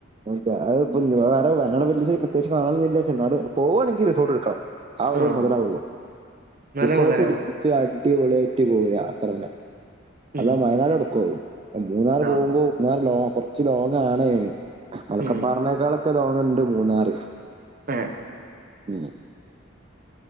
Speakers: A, on the right; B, on the right.
A: അല്ല അത് പ്പ വേറെ വയനാട് വല്ത് പ്രത്യകിച്ച് കാണനില്ല എന്നാലും പോവാണെങ്കിൽ റിസോർട്ട് ട്ക്കണം. ആഹ് രു
B: ആ
A: മൊതലാവുള്ളൂ
B: മല
A: റിസോർട്ട്
B: മുതലാവുള്ളൂ
A: എട്ത്തിട്ട് അടിപൊളിയായിറ്റ് പോരാ അത്ര ന്നെ.
B: ഉം
A: അതാ വയനാട് എടുക്കുള്ളു മൂന്നാർ
B: ആ
A: പോകുമ്പോ മൂന്നാറ് ലോ കൊർ ച്ച് ലോങ്ങ ആണേ മലക്കപ്പാറനേക്കാളൊക്കെ
B: ഉം
A: ലോങ്ങ ഉണ്ട് മൂന്നാറ്
B: <unintelligible>
A: <unintelligible>